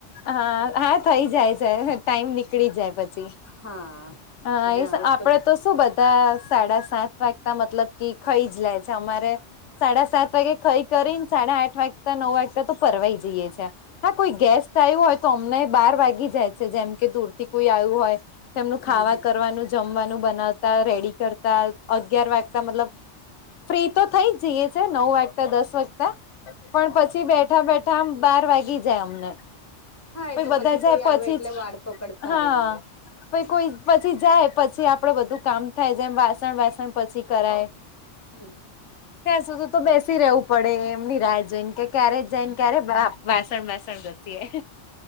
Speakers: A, on the left; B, on the left.
A: હા હા થઈ જાય છે ટાઈમ નીકળી જાય પછી
B: હા
A: હા
B: અને
A: એ
B: આવે
A: આપણે તો શું બધા સાડા સાત વાગતા મતલબ કે ખાઈ જ લે છે અમારે સાડા સાત વાગે ખઈ કરી ને સાડા આઠ વાગતા નવ વાગતા તો ફરવાય જઈ છે એમ. હા કોઈ
B: હમ
A: ગેસ્ટ આવ્યું હોય તો અમને બાર વાગી જાય છે જેમ કે દૂરથી કોઈ આવ્યું હોય. તેમનું
B: હમ
A: ખાવા
B: હમ
A: કરવાનું જમવાનું બનાવતા રેડી કરતા અગિયાર વાગતા મતલબ ફ્રી તો થઈ જ જઈએ છે નવ વાગ્યતા દસ વાગ તા પણ પછી બેઠા બેઠા આમ બાર વાગી જાય અમને
B: હા
A: પછી
B: એ તો
A: બધા જાય
B: કોઈ
A: પછી
B: આવે એટલે વાર્તો કરતા
A: હા
B: રહીએ
A: આપડે કોઈ પછી જાય પછી આપડે બધું કામ થાય જેમ વાસણ વાસણ પછી કરાય
B: હમ.
A: ત્યાં સુધી તો બેસી રવું પડે એમની રાહ જોઈને કે ક્યારે જાય ને ક્યારે વાસણસ. વાસણ ઘસી એ